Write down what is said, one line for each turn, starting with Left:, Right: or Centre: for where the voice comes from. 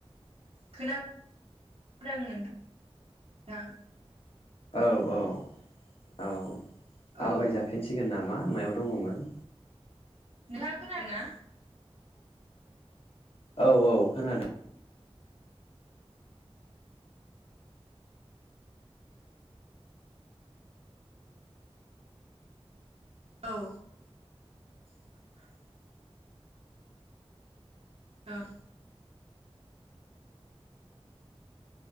Right: खोनादों खोनादों नोंथां नोंथां।
Left: औ औ औ। आवगायजाफिनसिगोन
Right: औ
Left: नामा? मा मायाव दङमोन?
Right: नोंहा खोनादोंना?
Left: औ औ खोनादों।
Right: औ। आ औ